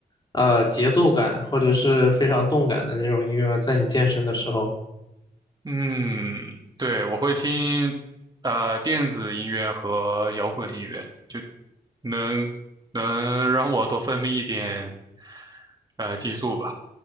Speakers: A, on the left; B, on the right.
A: 呃节奏感或者是非常动感的那种音乐吗，在你健身的时候。
B: 嗯，对，我会听呃电子音乐和摇滚音乐，能能让我多分泌一点呃激素吧。